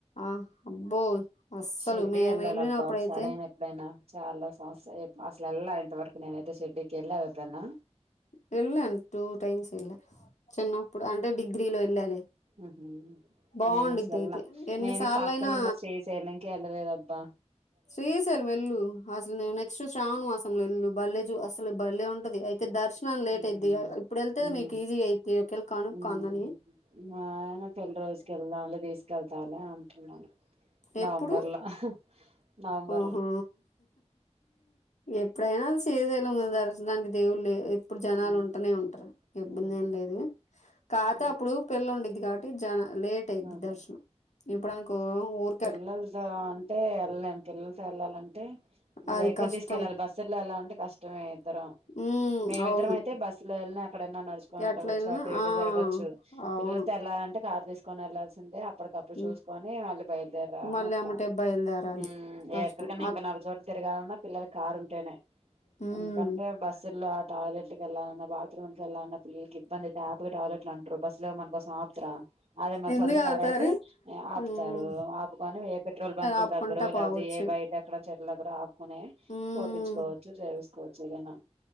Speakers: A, on the left; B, on the right.
A: ఆ అబ్బో అస్సలు
B: షిరిడి
A: మేము
B: వెళ్ళాలి
A: వెళ్ళినప్పుడైతే
B: అబ్బా ఒకసారి అయినా ఎప్పుడైనా చాలా సంవత్సరాల అసలు వెళ్ళాల ఇంతవరకు నేను అయితే షిర్డీ కి వెల్లి <unintelligible>
A: వెళ్ళం టూ టైమ్స్ వెళ్ళ చిన్నప్పుడు అంటే డిగ్రీలో వెళ్ళాలి
B: హ
A: బాగుండిద్ది
B: నేను అసలులా
A: అయితే ఎన్నిసార్లు
B: నేను పక్కన
A: అయినా
B: ఉన్న శ్రీశైలం కే వెల్లాలేధ్ అబ్బా
A: శ్రీశైలం వెల్లు అసలు నెక్స్ట్ శ్రావణ్వాసం వెల్లు బల్లేె అసలు బల్లేె ఉంటది అ అయితే దర్శనం లేట్
B: ఉమ్
A: అయిది ఇప్పుడు వెళ్తే
B: ఉమ్
A: మీకు ఈజీ అయిది ఒకేళ
B: ఉమ్
A: కనునని
B: మా ఆయన పెళ్లి రోజుక వెళ్దాంలే తీసుకెళ్తాలి అంటున్నాను నవంబర్లా
A: ఎప్పుడు
B: నవంబర్లా
A: ఓహో! ఎప్పుడైనా శ్రీశైలం కి దర్శనానికి <unintelligible> ఇప్పుడు జనాలు
B: ఉమ్
A: ఉంటేనే ఉంటారు ఇబ్బంది
B: ఉమ్
A: ఏం లేదు కాతే
B: ఉమ్
A: అప్పుడు పిల్లండి కాబట్టి జాల లేట్ అయింది
B: అదే
A: దర్శనం ఇప్పుడుకో ఊరు
B: పిల్లలతో అంటే వెళ్ళలేము పిల్లలతో వెళ్లాలంటే ఇంకా
A: అది
B: వెహికల్
A: కష్టం.
B: తీసుకెళ్ళాలి బస్సుల్లో ఎలా అంటే కష్టమే ఇద్దరం
A: హ్మ్.
B: మేమిద్దరం
A: అవును.
B: అయితే బస్ లో వెళ్ళిన ఎక్కడైనా నడుచొని వెళ్ళవచ్చు
A: ఎట్లా ఎళ్ళినా
B: అటు ఇటు
A: ఆ!
B: జరగొచ్చు
A: అవును.
B: పిల్లతో వెళ్ళాలంటే కారు తీసుకొని వెళ్లాల్సిందే అప్పటికప్పుడు
A: హ్మ్.
B: చూసుకొని వాళ్ళీ బయలుదేర
A: మళ్ళీ
B: అట్లా
A: ఎమ్మటే బయలుదేరాలి.
B: ఊ
A: కష్టం.
B: ఎక్కడికన్నా
A: అక్
B: ఇంకా నల్ చోట తిరగాలన్నా పిల్లలు కారు ఉంటేనే
A: హ్మ్.
B: ఎందుకంటే బస్సుల్లో టాయిలెట్ల వెళ్లన్నా బాత్రూమ్ వెళ్లన్నా పిల్లకి ఇబ్బందియితేపగా టాయిలెట్లు అంటారు బస్సులోకి పసం ఆపుతుర అదే మన
A: ఎందుకు
B: సొంతకారు
A: ఆగుతారు?
B: అయితే ఆపుతారు
A: హ్మ్.
B: ఆపుకొని ఏ పెట్రోల్ బంకుల
A: ఆపుకుంటా
B: దగ్గర లేకపోతే
A: పోవచ్చు.
B: ఏ బయట ఎక్కడ చెట్ల దగ్గర ఆపుకునే
A: హ్మ్
B: పోపించుకోవచ్చు చేవిసుకోవచ్చు ఏదైనా